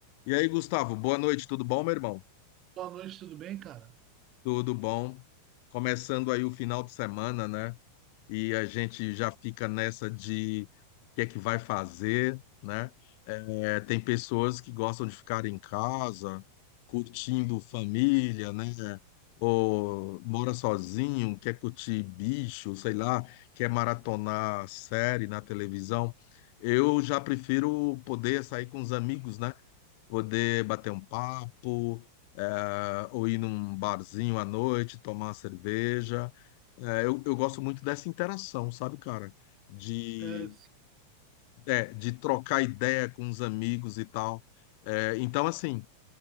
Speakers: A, on the left (about 45°); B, on the right (about 30°).
A: E aí, Gustavo, boa noite, tudo bom, meu irmão?
B: Boa noite, tudo bem, cara?
A: Tudo bom. Começando aí o final de semana, né? E a gente já fica nessa de o que é que vai fazer, né? É, tem pessoas que gostam de ficar em casa, curtindo família, né? Ou mora sozinho, quer curtir bicho, sei lá, quer maratonar série na televisão. Eu já prefiro poder sair com os amigos, né? poder bater um papo, eh, ou ir num barzinho à noite, tomar uma cerveja. Eh, eu, eu gosto muito dessa interação, sabe, cara? De,
B: É,
A: é, de trocar ideia com os amigos e tal. Eh, então, assim,